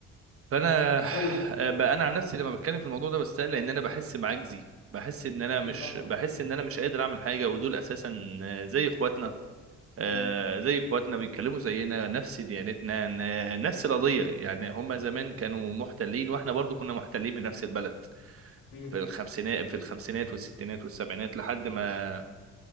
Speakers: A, on the right; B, on the left.
A: فأنا
B: طيب
A: آه، بقى أنا عن نفسي لما بتكلم في الموضوع ده بستقل إن أنا بحس بعجزي بحس إن أنا
B: اكيد
A: مش
B: طبعا
A: بحس
B: اكيد
A: إن أنا مش قادر أعمل حاجة ودول أساسا آه، زي إخواتنا آه،
B: مم.
A: زي إخواتنا بيتكلموا زينا نفس ديانتنا ن- نفس القضية يعني هما زمان كانوا محتلين وإحنا برضو كنا محتلين من نفس البلد
B: مم.
A: في الخمسينات في الخمسينات والستينات والسبعينات لحد ما